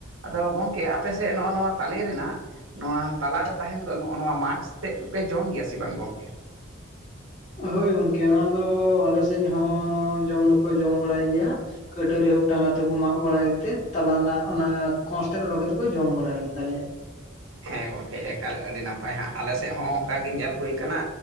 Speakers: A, on the right; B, on the left.
A: ᱟᱫᱚ ᱜᱚᱝᱠᱮ ᱟᱯᱮᱥᱮᱫ ᱱᱚᱜ-ᱚ ᱱᱚᱣᱟ ᱛᱟᱞᱮ ᱨᱮᱱᱟᱜ ᱱᱚᱣᱟ ᱛᱟᱞᱟᱨᱮ ᱛᱟᱦᱮᱱ ᱫᱚ ᱱᱚᱜ-ᱚ ᱱᱚᱣᱟ ᱢᱟᱪ ᱛᱮᱫ ᱯᱮ ᱡᱚᱢ ᱜᱮᱭᱟ ᱥᱮ ᱵᱟᱝ ᱜᱚᱝᱠᱮ
B: ᱦᱳᱭ ᱜᱚᱝᱠᱮ ᱚᱱᱟ ᱫᱚ ᱟᱞᱮ ᱥᱮᱫ ᱦᱚᱸ ᱡᱚᱢ ᱫᱚᱠᱚ ᱡᱚᱢ ᱵᱟᱲᱟᱭ ᱜᱮᱭᱟ ᱠᱟᱹᱴᱟᱹᱨᱤ ᱦᱳᱠ ᱴᱟᱸᱜᱟ ᱛᱮᱠᱚ ᱢᱟᱜ ᱵᱟᱲᱟ ᱠᱟᱛᱮᱫ ᱛᱟᱞᱟ ᱨᱮᱱᱟᱜ ᱚᱱᱟ ᱠᱚᱥ ᱛᱮ ᱩᱰᱚᱠ ᱠᱟᱛᱮ ᱠᱚ ᱡᱚᱢ ᱵᱟᱲᱟᱭ ᱜᱮᱛᱟᱞᱮᱭᱟ
A: ᱦᱮᱸ ᱜᱚᱢᱠᱮ ᱮᱠᱟᱞ ᱟᱹᱰᱤ ᱱᱟᱯᱟᱭ ᱦᱟᱸᱜ ᱟᱞᱮ ᱥᱮᱫ ᱦᱚᱸ ᱚᱱᱠᱟᱜᱮ ᱧᱮᱞ ᱦᱩᱭ ᱠᱟᱱᱟ